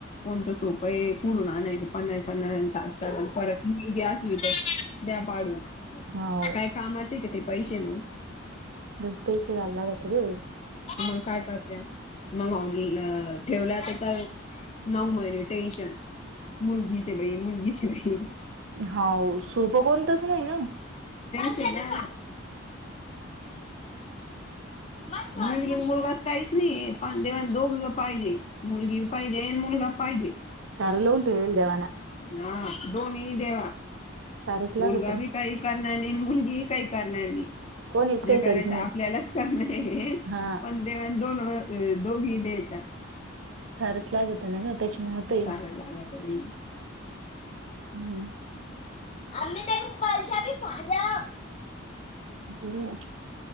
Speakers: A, on the left; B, on the right.
A: ण त सोप आहे पुडून आणाय पन्नास पन्नाठ परत. द्या पाडून
B: हाव
A: काय कामाचे का ते पैसे म्हण.
B: गंज पैसे घालायला लागते ग
A: मग काय करात्या मगवून गलं ठेवला तर तर नऊ महिने टेशन मुलगीचे बई मुलगीचे बई
B: होा सोपं कोणतच नाही ना
A: ह ना मग मुलगी मुलगाच काहीच नाही पण देव दोघ पाहिजे मुलगी पाहिजे आणि मुलगा पाहिजे.
B: सार लवन ठेल देवाना.
A: हा दोन्ही देवा
B: सारच लागत
A: मुलगा बी
B: ना
A: काही करणार नाही आणि मुलगीहीी काही करणार नाही.
B: कोणीच
A: जे
B: काही
A: करायचं
B: करीत नाही
A: आपल्यालाच कर नाही
B: हा
A: पण देव दोन. अ दोघी द्यायच्या.
B: हारस लागत नग. त्याच महत आहे
A: सारा लागत बाई.
B: हम्म.
A: आम्ही त्या पालच्या माझ्या.
B: बर.